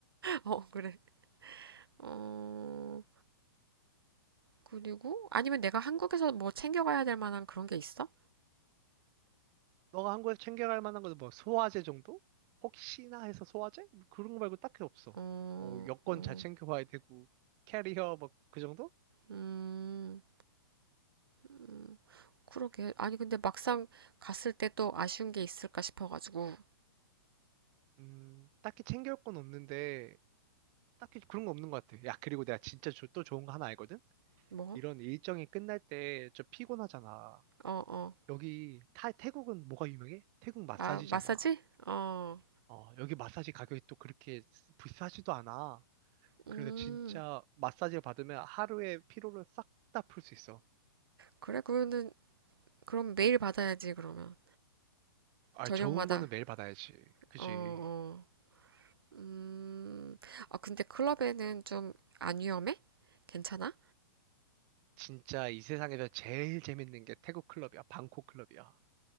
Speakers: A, on the right; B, on the right.
A: 어, 그래. 어, 그리고 아니면 내가 한국에서 뭐 챙겨가야 될 만한 그런 게 있어?
B: 너가 한국에서 챙겨갈 만한 거는 뭐 소화제 정도? 혹시나 해서 소화제? 뭐 그런 거 말고 딱히 없어.
A: 어,
B: 뭐 여권
A: 어,
B: 잘 챙겨와야 되고 캐리어 뭐 그 정도?
A: 음, 음, 그러게. 아니, 근데 막상 갔을 때 또 아쉬운 게 있을까 싶어가지고.
B: 음, 딱히 챙겨올 건 없는데 딱히 그런 거 없는 것 같아. 야, 그리고 내가 진짜 조- 또 좋은 거 하나 알거든?
A: 뭐?
B: 이런 일정이 끝날 때 좀 피곤하잖아.
A: 어, 어.
B: 여기 타, 태국은 뭐가 유명해? 태국 마사지잖아.
A: 아, 마사지? 어,
B: 어, 여기 마사지 가격이 또 그렇게 비싸지도 않아.
A: 음.
B: 그래서 진짜 마사지를 받으면 하루의 피로를 싹 다 풀 수 있어.
A: 그래, 그거는, 그럼 매일 받아야지, 그러면.
B: 아,
A: 저녁마다.
B: 좋은 거는 매일 받아야지. 그지?
A: 어, 어. 음. 아, 근데 클럽에는 좀 안 위험해? 괜찮아?
B: 진짜 이 세상에서 제일 재밌는 게 태국 클럽이야. 방콕 클럽이야.